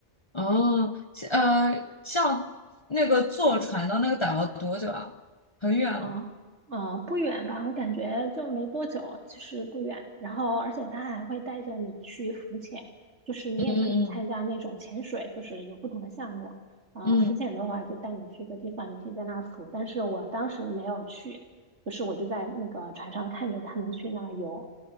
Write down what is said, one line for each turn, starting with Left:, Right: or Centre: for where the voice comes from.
Left: 哦，呃，像那个坐船到那个岛要多久啊？很远吗？
Right: 啊嗯，不远吧？我感觉就没多久，其实不远。然后，而且他还会带着你去浮潜，就是你也可以参加那种潜水，
Left: 嗯嗯
Right: 就是有不同的项目。啊、
Left: 嗯
Right: 浮潜的话就带你去一个地方，你可以在那儿浮。但是我当时没有去，就是我就在那个船上看着他们去那儿游。